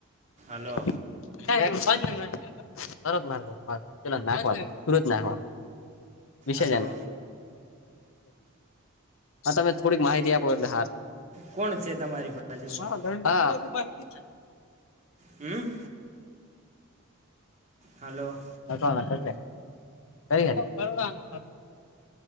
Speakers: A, on the right; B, on the left.
A: હલો
B: <unintelligible> <unintelligible>
A: હલો
B: અ તમે થોડીક માહિતી આપો એટલે
A: કોણ છે તમારી બાજુમાં
B: સારું <unintelligible>
A: હમ હલો
B: <unintelligible>